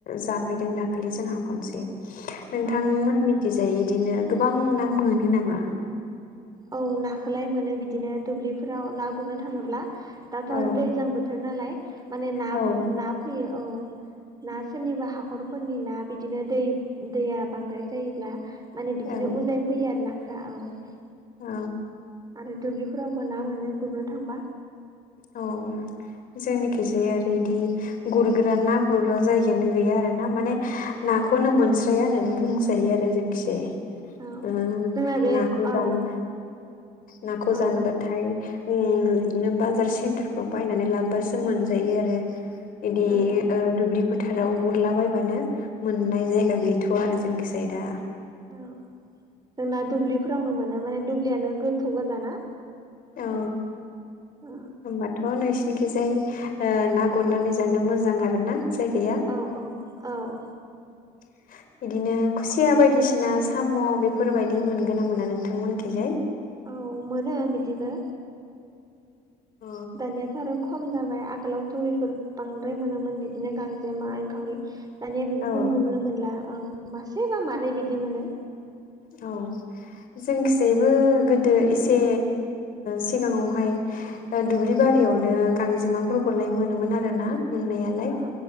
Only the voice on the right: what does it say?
औ
औ नाखौलाय मोनो बिदिनो दुब्लिफोराव ना गुरनो थाङोब्ला दाथ'
आरो दैज्लां बोथोर नालाय माने ना
ना फैयो औ ना सोरनिबा हाखरफोरनि ना बिदिनो दै- दैया बांद्राय जायोब्ला माने बिदिनो
उजाय फैयो आरो नाफ्रा औ
आरो दुब्लिफोरावबो ना मोनो गुरनो थांबा
औ
जोंना बे
औ औ
ओ
औ
औ जोंना दुब्लिफोरावनो मोनो माने दुब्लियानो गोथौ गोजाना
औ
औ औ औ।
औ मोनो बिदिबो।
धन्य आरो खम जाबाय आगोलावथ' बेफोर बांद्राय मोनोमोन बिदिनो गांजे मा एनखावरि। दानिया बेफोरखौ
नुनो मोनला औ मासे बा मानै बिदि मोनो।
औ